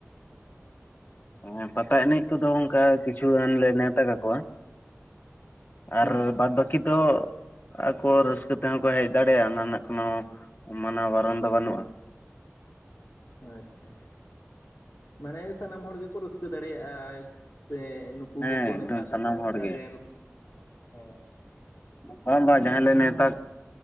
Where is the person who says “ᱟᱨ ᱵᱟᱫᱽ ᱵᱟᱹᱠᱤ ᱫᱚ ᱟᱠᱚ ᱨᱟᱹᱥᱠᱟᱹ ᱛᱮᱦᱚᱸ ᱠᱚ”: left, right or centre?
Left